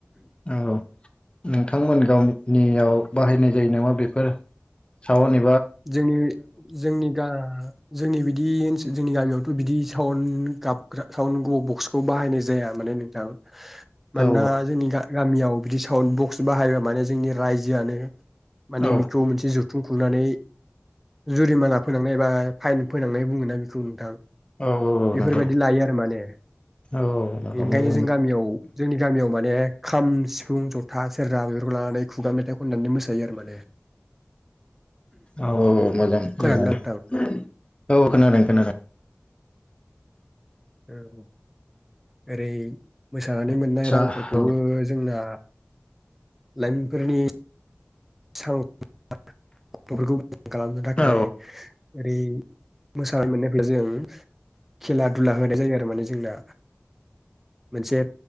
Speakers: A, on the left; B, in the centre.
A: औ। उम। बिथांमोन गाम नियाव बाहायनाय जायो नामा बेफोर सावानि
B: जोंनि जोंनि गा जोंनि बिदि ओनसोल जोंनि गामियावथ' बिदि साउण्ड गाबग्रा साउण्ड बक्सखौ बाहायनाय जाया माने नोंथां। मानोना
A: औ
B: जोंनि गा गामियाव बिदि साउन्ड बक्स बाहायबा माने जोंनि रायजोआनो माने
A: औ
B: बेखौ मोनसे जु थुं खुंनानै जुरिमाना फोनांनाय एबा फाइन फोनांनाय बुङोना बेखौ नोंथां
A: औ औ
B: बेफोरबायदि
A: नंगौ
B: लायो आरो माने
A: औ औ नंगौ
B: बेनिखायनो
A: मोजां
B: जों
A: औ
B: गामियाव जोंनि गामियाव माने खाम सिफुं जथा सेरजा बेफोरखौ लानानै खुगा मेथाइ खन्नानै मोसायो आरो माने <inaudible>
A: औ औ मोजां
B: खोनादोंना
A: मोजाङानो
B: नोंथां
A: औ औ खोनादों खोनादों।
B: औ ओरै मोसानानै मोन्नाय
A: आदसा
B: रांफोरखौबो
A: औ
B: जोंना लाइमोन फोरनि सां <unintelligible> <unintelligible> मोजां खालामनो थाखाय।
A: औ
B: ओरै मोसाना मोन्नाय <unintelligible> जों खेला दुला हो नाय जायो आरो माने जोंना मोनसे